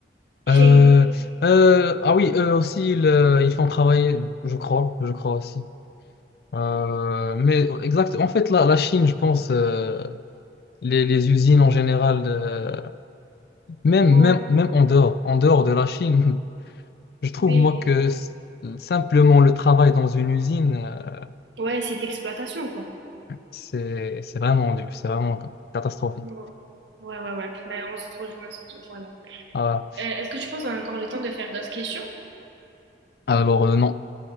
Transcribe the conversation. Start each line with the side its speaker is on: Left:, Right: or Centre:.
Right: Chine.
Left: Euh, euh, ah oui, eux aussi, le- ils font travailler, je crois, je crois aussi. Euh, mais exact, en fait, la, la Chine, je pense, euh, les, les usines en général, euh, même,
Right: Ouais,
Left: même, même en dehors, en dehors de la Chine, <laughs> je trouve,
Right: oui.
Left: moi, que s- simplement le travail dans une usine, euh,
Right: Ouais, c'est de l'exploitation quoi.
Left: c'est, c'est vraiment dur, c'est vraiment catastrophique.
Right: Ouais, ouais, ouais. ouais. Ben, on se rejoint sur ce point-là.
Left: Ah ouais.
Right: Euh, est-ce que tu penses qu'on a encore le temps de faire d'autres questions?
Left: Alors, euh, non,